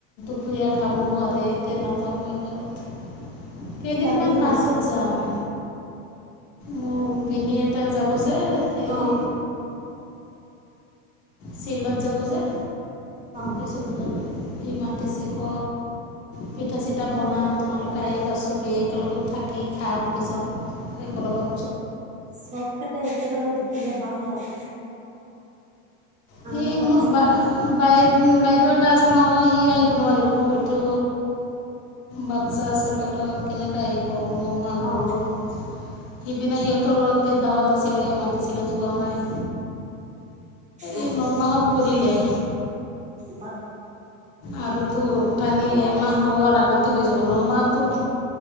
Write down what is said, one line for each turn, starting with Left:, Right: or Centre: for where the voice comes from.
Left: পুৰীয়া খাব নোৱাৰে এতিয়া নাযাওঁ মই ঘৰত। কেইদিনমান
Right: লাগিবই
Left: পাছত যাম। মোৰ ভিনি এটা যাব হেৰি
Right: অ
Left: চিলত যাব যে
Right: অ
Left: পিছত সি মাতিছে ক পিঠা চিঠা বনাম তোমালোকে আহিবা চব একেলগত থাকি খাম পিছত সেই কলবত
Right: চবকেটা একেলগত থাকিলে ভাল লাগে আনন্দ
Left: সে মোৰ
Right: হয়
Left: বায় বাইদেউ এটা আছে নহয় সি আহিব নোৱাৰিব সেটো বাচ্ছা আছে পেটত কেনেকে আহিব ন মাহ হৈ
Right: অ
Left: গ'ল সিদিনা সিহঁতৰ ঘৰতে দাৱত আছিলে মাতিছিলে যোৱা নাই
Right: অ
Left: এই নমাহত পৰিলে
Right: বাদ
Left: আৰুতো পানী এমাহ হোৱাৰ আগতে হৈ যাব ন মাহটো